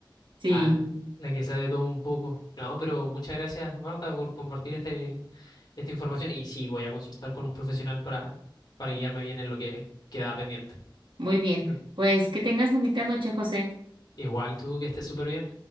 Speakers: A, on the right; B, on the left.
A: Sí,
B: Ah, la que sabe todo un poco. No, pero muchas gracias, Marta, por compartir este, esta información. Y sí, voy a consultar con un profesional para, para guiarme bien en lo que quedaba pendiente.
A: muy bien.
B: Pero
A: Pues que tengas bonita noche, José.
B: igual tú que estés súper bien.